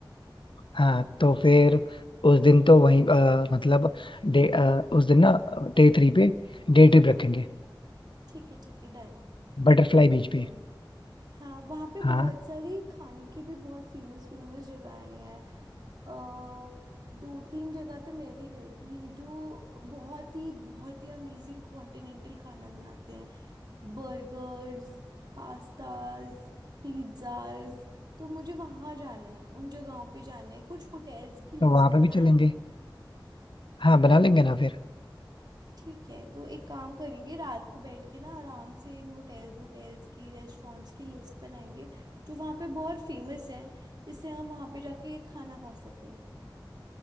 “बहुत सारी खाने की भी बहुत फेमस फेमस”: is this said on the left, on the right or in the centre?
Right